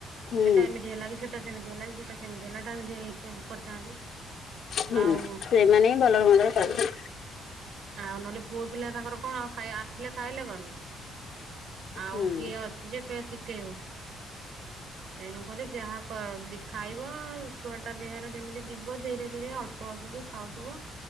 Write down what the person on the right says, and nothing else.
ଏଟା ଏମିତି ହେଲା କି ସେଟା ସେମିତି ହେଲା କି ସେଟା ସେମିତି ହେଲା ଟା ଏମିତିଇ କରିଥାନ୍ତୁ
ଆଉ
ଆଉ ନହେଲେ ପୁଅ ପିଲା ତାଙ୍କର କଣ ଆସିଲେ ଖାଇ ଆସିଲେ ଗଲେ। ଆଉ
କିଏ ଅଛି ଯେ ପ ଶିଖେଇବ। ତେଣୁକରି ଯାହା ଖାଇବ ଛୁଆ ଟା ଦେହରେ ଯେମିତି ଯିବ ଧୀରେ ଧୀରେ ଅଳ୍ପ ଅଳ୍ପ କି। ଖାଉଥିବା